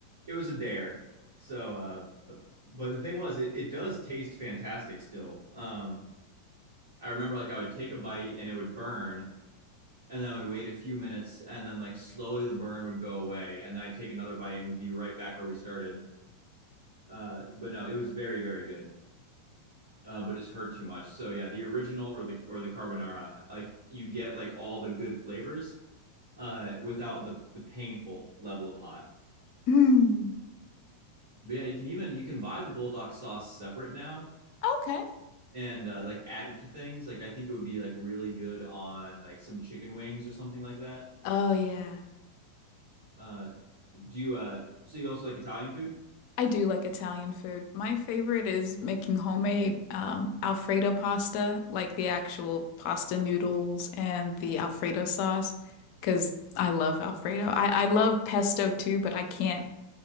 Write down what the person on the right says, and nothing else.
it was a dare. So, uh, but the thing was, it, it does taste fantastic still. Um, I remember like I would take a bite and it would burn, and then I would wait a few minutes, and then like slowly the burn would go away, and then I'd take another bite and we'd be right back where we started. Uh, but no, it was very very good, uh, but it's hurt too much. So yeah, the original or the or the carbonara, like you get like all the good flavors uh, without the the painful level of hot.
But yeah, you can even you can buy the bulldog sauce separate now
and uh, like add it to things. Like I think it would be like really good on like some chicken wings or something like that.
Uh, Do you uh so you also like Italian food?